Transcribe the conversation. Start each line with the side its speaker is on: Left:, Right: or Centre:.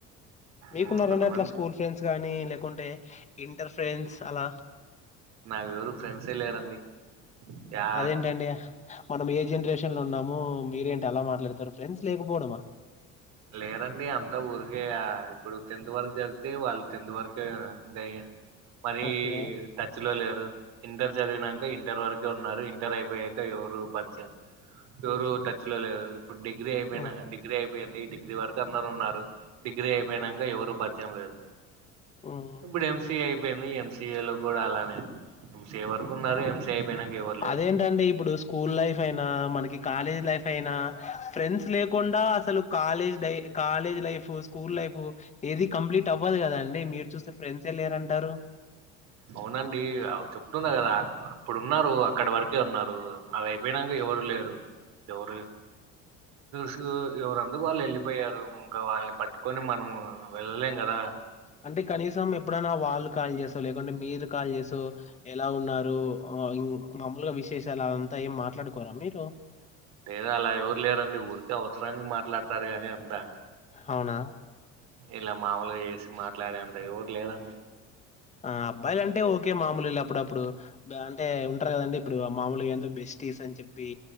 Left: మీకున్నారండి
Right: ఉమ్, కొంతమంది
Left: అట్లా స్కూల్ ఫ్రెండ్స్ గానీ లేకుంటే ఇంటర్ ఫ్రెండ్స్ అలా
Right: నాకు ఎవరు ఫ్రెండ్స్ఏ లేరండి యా
Left: అదేంటండి మనం ఏ జనరేషన్ లో ఉన్నాము మీరేంటీ ఆలా మాట్లాడతారు ఫ్రెండ్స్ లేకపోవడమా
Right: లేరండి అంతా ఊరికే ఆ ఇప్పుడు టెన్త్ వరకు చదివితే వాళ్ళు టెన్త్ వరకే ఇకా మరి
Left: ఓకే
Right: టచ్ లో లేరు ఇంటర్ చదివినాక ఇంటర్ వరకే ఉన్నారు ఇంటర్ అయిపోయాక ఎవరు పరిచయం ఎవ్వరు
Left: ఉ
Right: టచ్ లో లేరు ఇప్పుడు డిగ్రీ అయిపోయిన
Left: ఉ
Right: డిగ్రీ అయిపోయింది డిగ్రీ వరకు అందరూ ఉన్నారు డిగ్రీ అయిపోయినాక
Left: ఉ
Right: ఎవరు పరిచయం లేదు
Left: ఉ
Right: ఇప్పుడు ఎంసిఏ అయిపోయింది ఎంసి సిఏ లో కూడా అలానే అండి ఎం సి ఎ వరకు ఉన్నారు ఎం సి ఎ అయిపోయినాక ఎవరు లేరు
Left: అదేంటండి ఇప్పుడు స్కూల్ లైఫ్ అయినా మనకి కాలేజ్ లైఫ్ అయినా ఫ్రెండ్స్ లేకుండా అసలు కాలేజ్ లై కాలేజ్ లైఫ్ స్కూల్ లైఫ్ ఏది కంప్లీట్ అవ్వదు కదా అండి మీరు చూస్తే ఫ్రెండ్స్ ఏ లేరంటారు
Right: అవునండి చెప్తున్నా కదా ఆప్పుడు ఉన్నారు అక్కడ వరకే ఉన్నారు అది అయిపోయినాక ఎవరు లేరు ఎవరు సు ఎవరందుకు వాళ్ళు వెళ్ళిపోయారు ఇంకా వాళ్ళని పట్టుకొని మనం వెళ్ళలేం కదా
Left: అంటే కనీసం ఎప్పుడైనా వాళ్ళు కాల్ చేసో లేకుంటే మీరు కాల్ చేసో ఎలా ఉన్నారు మాముూలుగా విశేషాలు అంతా ఏం మాట్లాడుకోరా మీరు
Right: లేదా అలా ఎవరు లేరండి ఊరికే అవసరానికి మాట్లాడతారు గానీ అంతా
Left: అవునా
Right: ఇలా మాముూలుగా చేసి మాట్లాడేంత ఎవరు లేరండి
Left: ఆ అబ్బాయిలు అంటే ఓకే మామూలేలే అప్పుడప్పుడు అంటే ఉంటారు కదండి ఇప్పుడు మామూలుగా ఏంతో బెస్టీస్ అని చెప్పి